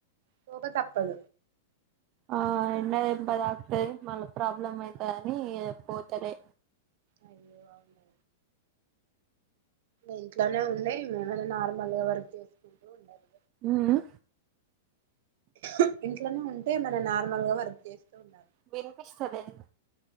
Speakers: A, on the right; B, on the right.
A: పోక తప్ప పద
B: ఆ ఎండ దెబ్బ తాకుతది మళ్ళా ప్రాబ్లమ్ ఐతది అని పోతాలే.
A: అయ్యో అవును ఇంట్లోనే ఉండే ఎమైనా నార్మల్ గా వర్క్ చేసుకుంటూ ఉండాలి.
B: ఉం ఉ
A: ఇం ఇంట్లనే ఉంటే మనం నార్మల్ గా వర్క్ చేస్తూ ఉండాలి.
B: వినిపిస్తా లేదు.